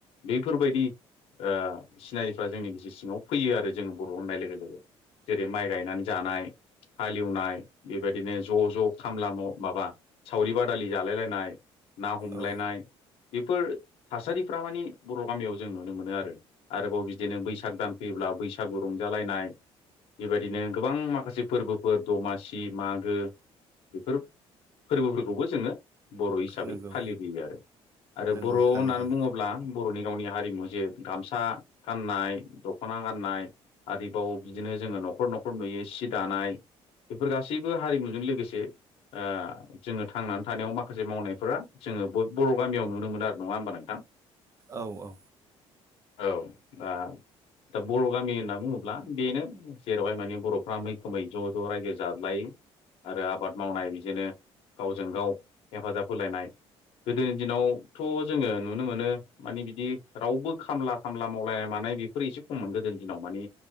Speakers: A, on the left (about 60°); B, on the right (about 30°).
A: बेफोरबायदि ओ सिनारिफ्रा जोंनि गोसो सिङाव फैयो आरो जोङो बर' होननाय लोगो लोगो। जेरै माइ गायनानै जानाय हालेवनाय बेबायदिनो ज' ज' खामला माव माबा सावरि बादालि जालायलायनाय ना हमलायनाय
B: औ
A: बेफोर थासारिफ्रा माने बर' गामियाव जों नुनो मोनो आरो आरोबाव बिदिनो बैसाग दान फैयोब्ला बैसागु रंजालायनाय बेबायदिनो गोबां माखासे फोरबोफोर दमासि <unintelligible> मागो बेफोर फोरबोफोरखौबो जोङो बर' हिसाबै
B: नंगौ
A: फालिबोयो आरो आरो
B: नंगौ
A: बर' होननानै
B: थारैनो
A: बुङोब्ला बर'नि गावनि हारिमु जे गामसा गाननाय दख'ना गाननाय आरोबाव बिदिनो जोङो न'खर न'खर नुयो सि दानाय। बेफोर गासैबो हारिमुजों लोगोसे ओ जोङो थांनानै थानायाव माखासे मावनायफोरा जोङो ब बर' गामियाव नुनो मोनो आरो नङा होमबा नोंथां?
B: औ औ।
A: औ दा दा बर' गामि होनना बुङोब्ला बेनो जेरावहाय माने बर'फ्रा मैखोमै ज' ज' रायजो जादलायो आरो आबाद मावनाय बिदिनो गावजों गाव हेफाजाब होलायनाय। गोदोनि दिनावथ' जोङो नुनो मोनो माने बिदि रावबो खामला खामला मावलायामोन। नाय बेफोर एसे खममोन गोदोनि दिनाव माने।